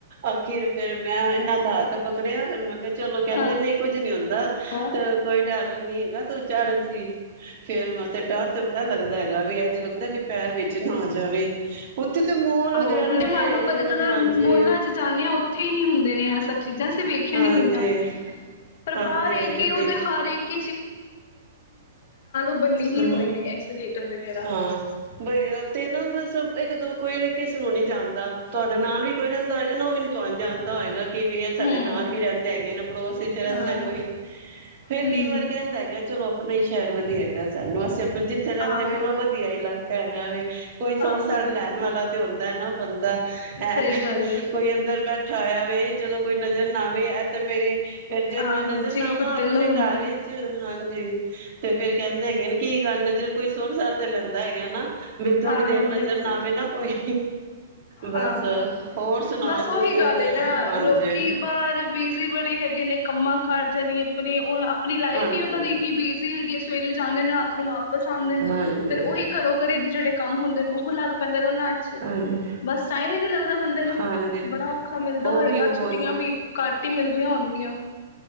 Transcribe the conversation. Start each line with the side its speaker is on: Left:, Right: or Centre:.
Right: ਆਖਿਰ ਫਿਰ ਮੈਂ ਇਨਾ ਦਾ ਹੱਥ ਪਕੜਿਆ ਫਿਰ ਮੈਂ ਕਿਹਾ ਚਲੋ ਕਹਿੰਦੇ
Left: ਹਾਂ
Right: ਨਹੀਂ ਕੁੱਝ ਨੀ ਹੁੰਦਾ ਤੇ
Left: ਹਮ
Right: ਕੋਈ ਡਰ ਨੀ ਹੈਗਾ ਤੂੰ ਚੜ ਤ ਫੇਰ ਮੈਂ ਤੇ ਡਰ ਤੇ ਬੜਾ ਲੱਗਦਾ ਹੈਗਾ ਵੀ ਅੱਜ ਕਿ ਪੈਰ ਵਿੱਚ ਨਾ ਆ ਜਾਵੇ ਉੱਥੇ ਤੇ ਮੋਲ
Left: ਆਹੋ
Right: ਵਗੈਰਾ
Left: ਹੁਣ
Right: ਜੇ
Left: ਮੰਨ
Right: ਹੈਗੇ
Left: ਲਓ ਕਦੇ
Right: ਨਾ
Left: ਕਦੇ
Right: ਹਾਂਜੀ
Left: ਮੌਲਾ ਚ ਜਾਂਦੇ ਹਾਂ ਉੱਥੇ ਹੀ ਹੁੰਦੇ ਨੇ ਇਹ ਸਭ ਚੀਜ਼ਾਂ ਅਸੀਂ ਵੇਖੀਆਂ
Right: ਹਾਂਜੀ
Left: ਨੀ ਹੋਈਆਂ ਪਰ
Right: ਹਾਂਜੀ
Left: ਬਾਹਰ ਇਹ
Right: ਆਈ
Left: ਕਿ
Right: ਉ
Left: ਉਹ ਤੇ ਹਰ ਇੱਕ <unintelligible>
Right: ਹਮ
Left: ਹੋਏ ਨੇ ਐਕਸਲੇਟਰ ਵਗੈਰਾ
Right: ਹਾਂ ਬਈ ਤੇ ਨਾ ਬਸ ਇੱਕ ਦੋ ਕੋਈ ਕਿਸੇ ਨੂੰ ਨੀ ਜਾਣਦਾ ਤੁਹਾਡੇ ਨਾਲ ਵੀ ਕੋਈ ਰਹਿੰਦਾ ਹੋਏਗਾ ਨਾ ਉਹ ਵੀ ਨੀ ਤੁਹਾਨੂੰ ਜਾਣਦਾ ਹੋਏਗਾ ਕਿ ਵੀ ਈ ਆ ਸਾਡੇ
Left: ਹੂੰ
Right: ਨਾਲ ਵੀ ਰਹਿੰਦੇ ਹੈਗੇ ਨਾ ਪੜੋਸ ਵਿੱਚ ਰਹਿੰਦਾ
Left: ਹਾਂ
Right: ਕੋਈ ਫੇਰ
Left: ਹੂੰ
Right: ਕਈ ਵਾਰ ਕਹਿ ਦਿੰਦਾ ਹੈਗਾ ਚਲੋ ਆਪਣਾ ਸ਼ਹਿਰ ਵਧੀਆ ਅਛਾ ਸ ਜਿੱਥੇ ਰਹਿੰਦੇ
Left: ਆਹੋ
Right: ਵੀ ਨਾ ਉਹ ਵਧੀਆ ਇਲਾਕਾ ਹੈਗਾ ਵ ਕੋਈ ਸੁਰ
Left: ਆਹੋ
Right: ਸਾਰ
Left: ਬਿਲਕੁਲ
Right: ਲੈਣ ਵਾਲਾ ਤੇ ਹੁੰਦਾ ਹੈ ਨਾ ਬੰਦਾ ਹੈਂ
Left: ਸਹੀ ਗੱਲ ਏ
Right: ਕੋਈ ਅੰਦਰ ਬੈਠ ਉਠਾਇਆ ਵ ਜਦੋਂ ਕੋਈ ਨਜ਼ਰ ਨਾਵੇ ਐ ਤੇ ਮੇਰੀ ਫਰ ਜੇ ਮੈਂ
Left: ਆਹੋ
Right: ਨਜ਼ਰ
Left: ਜੀ
Right: ਨਾਵਾਂ
Left: ਕੁੱਟਣ
Right: ਆਪਣੇ
Left: ਨੂੰ ਹੁੰਦਾ
Right: ਘਰ ਚ ਹਾਂਜੀ ਤੇ ਫੇਰ ਕਹਿੰਦੇ ਹੈਗੇ ਨੇ ਕਿ ਇਹ ਗੱਲ ਨਜ਼ਰ ਕੋਈ ਸੁਰ ਸਾਰ ਤੇ ਲੈਂਦਾ ਹੈਗਾਾ ਵੀ ਥੋੜ੍ਹੀ
Left: ਆਹੋ
Right: ਦੇਰ ਨਜ਼ਰ
Left: ਬਿਲਕੁਲ
Right: ਨਾ ਆਵੇ ਨਾ ਕੋਈ ਬਸ
Left: ਆਹੋ
Right: ਹੋਰ ਸੁਣਾਓ
Left: ਬਸ ਉਹੀ
Right: ਤੁਸੀਂ
Left: ਗੱਲ ਨਾ
Right: ਹਾਂਜੀ
Left: ਲੋਕੀ ਬਾਹਰ ਬਿਜ਼ੀ ਬੜੇ ਹੈਗੇ ਨੇ ਕੰਮਾਂ ਕਰਜ਼ਾ ਚ ਆਪਣੀ ਉਹ ਆਪਣੀ ਲਾਈਫ
Right: ਹਾਂਜੀ
Left: ਹੀ ਉਹਨਾਂ ਦੀ ਇੰਨੀ ਬਿਜ਼ੀ ਹੈਗੀ ਹੈ ਸਵੇਰੇ ਜਾ ਦੇ ਰਾਤ ਨੂੰ ਵਾਪਿਸ ਪਸੰਦ ਨੇ
Right: ਹਾਂਜੀ
Left: ਫਿਰ ਉਹੀ ਘਰੋਂ ਘਰੇ ਦੀ ਜਿਹੜੇ ਕੰਮ ਹੁੰਦੇ ਨੇ ਉਹ ਲੱਗ ਪੈਂਦੇ ਕਰੋ ਨਾ ਆਸ਼ਾ
Right: ਹਾਂਜੀ
Left: ਟਾਈਮ ਹੀ ਨੀ ਲੱਗਦਾ ਬੰਦੇ ਨੂੰ
Right: ਹਾਂਜੀ
Left: ਬੜਾ ਔਖਾ ਮਿਲਦਾ
Right: ਉਹ
Left: ਹੋਏਗਾ
Right: ਵੀ ਹੁਣ
Left: ਛੁੱਟੀਆਂ ਵੀ ਘੱਟ ਹੀ ਮਿਲਦੀਆਂ ਹੋਣਗੀਆਂ